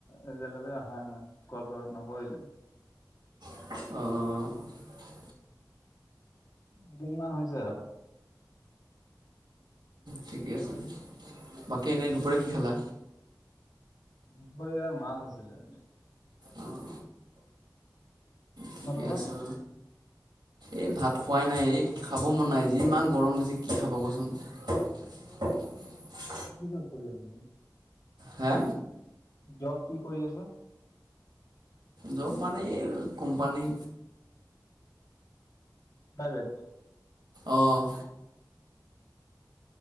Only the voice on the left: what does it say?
এতিয়ালৈকে অহাই নাই কল নকৰিলে।
দুদিনমান হৈছে আৰু।
দুপৰীয়া মাছ আছিলে আজি।
তোমালোকৰ
কি জব কৰি আছে আপুনি।
জব কি কৰি আছে?
প্ৰাইভেট